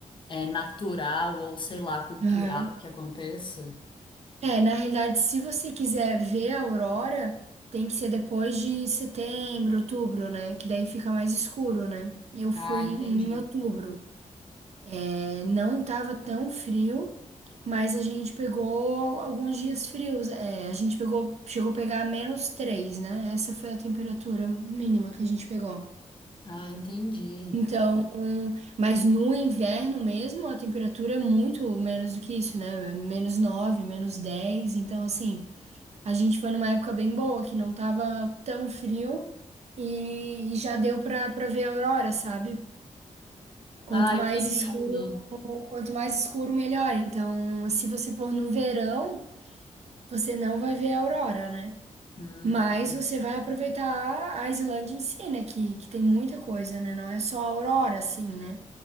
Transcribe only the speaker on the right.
Aham.
É, na realidade, se você quiser ver a aurora, tem que ser depois de setembro, outubro, né? Que daí fica mais escuro, né? Eu fui
em outubro. É, não estava tão frio, mas a gente pegou al- alguns dias frios. É, a gente pegou, chegou a pegar menos 3, né? Essa foi a temperatura mínima que a gente pegou.
Então, mas no inverno mesmo, a temperatura é muito menos do que isso, né? Menos 9, menos 10. Então, assim, a gente foi numa época bem boa, que não tava tão frio e, e já deu pra, pra ver a aurora, sabe? Quanto
mais
escuro Quanto mais escuro, melhor. Então, se você for no verão, você não vai ver a aurora, né?
Mas você vai aproveitar a Islândia em si, né? Que, que tem muita coisa, né? Não é só a aurora, assim, né?